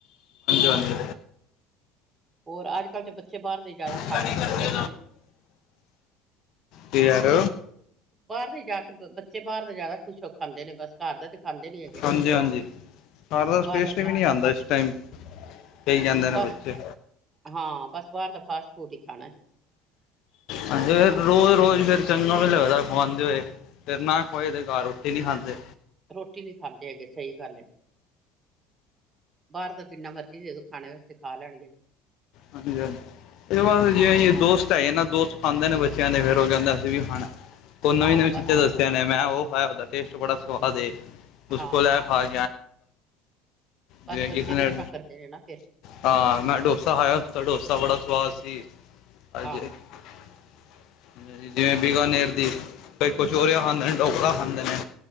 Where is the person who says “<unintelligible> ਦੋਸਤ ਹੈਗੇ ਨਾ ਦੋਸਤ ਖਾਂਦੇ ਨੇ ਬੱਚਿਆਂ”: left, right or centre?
Left